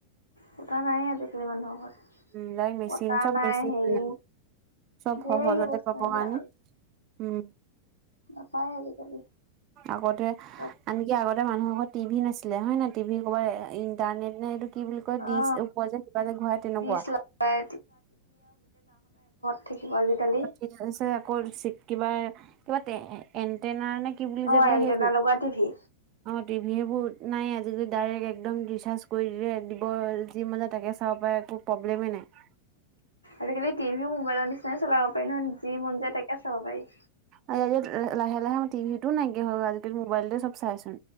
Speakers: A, on the left (about 85°); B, on the right (about 35°).
A: পতা নাই আজিকালি মানুহৰ ঘৰত
B: উম ডাৰেক্ট মেচিন
A: কটা
B: চব
A: নাই
B: মেচিন
A: হেৰি
B: উম চব
A: ধেৰ
B: সহজতে
A: বস্তু
B: পাব
A: নাইকিয়া
B: কাৰনে
A: হ'ল
B: উম
A: নাপায় আজিকালি
B: আগতে
A: চব
B: আনকি আগতে মানুহ ঘৰত টিভি নাছিলে হয় নে টিভি ক'ৰবাত ইণ্টাৰনেট নে এইটো কি বুলি কয় দিচ
A: অ
B: ওপৰত যে ঘূৰাই যে তেনেকুৱা
A: ডিচ লগাই কত থাকিব আজিকালি
B: এ চে আকৌ কিবা কিবা এনটেইনাৰ নে কি কি বুলি
A: অ
B: যে কয়
A: এণ্টেনা
B: সেইটো
A: লগোৱা টিভি
B: অ টিভি সেইবোৰত নাই আজিকালি ডাইৰেক্ট একদম ৰিচাৰ্জ কৰি দিলে দিব যি মন যায় তাকে চাব চাব পাৰে একো প্ৰব্লেমেই নাই
A: আজিকালি টিভিও মোবাইলৰ নিচিনাই চলাব পাৰি নহয় যি মন যায় তাকে চাব পাৰি
B: আই আয়ে লাহে লাহে মই টিভিটো নাইকিয়া হ'ল আজিকালি মোবাইলতে চব চাই চোন